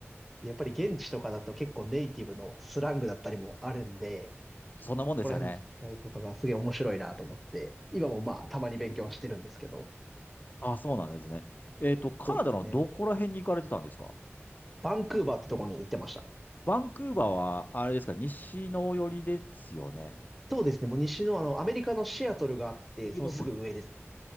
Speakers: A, in the centre; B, on the left (about 40°).
A: やっぱり現地とかだと結構ネイティブのスラングだったりもあるんで、
B: そんなもんですよね。
A: そこら辺の違いとかがすげえ面白いなと思って、今もまあ、たまに勉強はしてるんですけど、
B: あ、そうなんですね。えっと、カナダのどこら辺に行かれてたんですか
A: そうですね。バンクーバーってところに行ってました。
B: バンクーバーは、あれですか、西の寄りですよね。
A: そうですね。もう西のあの、アメリカのシアトルがあって、
B: 上の方ですよね。
A: そのすぐ上です。